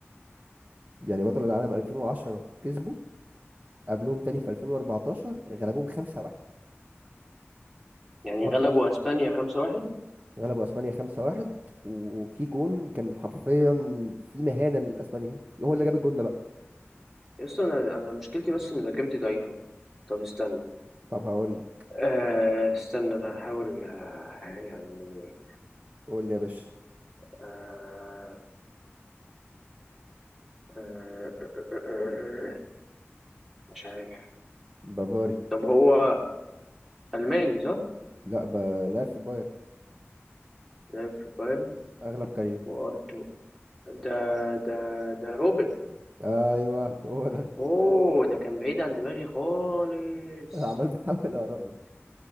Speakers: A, on the right; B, in the centre.
A: يعني بطل العالم 2010 كسبوا قبلهم تاني في 2014 غلبوهم 5-1
B: يعني
A: وج-
B: غلبوا اسبانيا 5-1
A: غلبوا اسبانيا 5-1 وفي جون كان حرفيا في مهانة لاسبانيا هو اللي جاب الجون ده بقى
B: يسطا انا انا مشكلتي بس ان ذاكرتي ضعيفة طب استنى
A: طب هقول لك
B: آه استنى انا هحاول آه يعني
A: قول لي يا باشا
B: آه آه آه آه، آه، آه، مش عارف
A: بافاري
B: طب هو الماني صح؟
A: لا ب... لعب في البايرن
B: لعب في بايرن
A: اغلب كاريو
B: وارتو ده ده ده روبن
A: ايوه هو ده
B: اوه ده كان بعيد عن دماغي خالص
A: <laughs> عمال بحاول اقرب لك